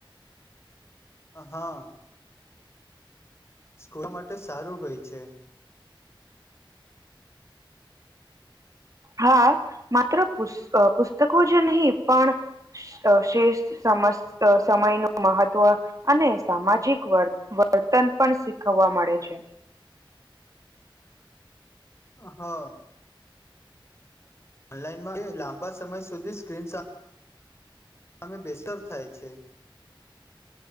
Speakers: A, on the left; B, on the right.
A: હા. શીખવા માટે સારું હોય છે.
B: હા માત્ર પુસ પુસ્તકો જ નહીં પણ શ્રેષ સમસ્ત સમય ન મહત્વ અને સામાજિક વર્તન પણ શીખવવા મળે છે
A: હા ઓનલાઈનમાં લાંબા સમય સુધી સ્ક્રીન શ અમે બેસર થાય છે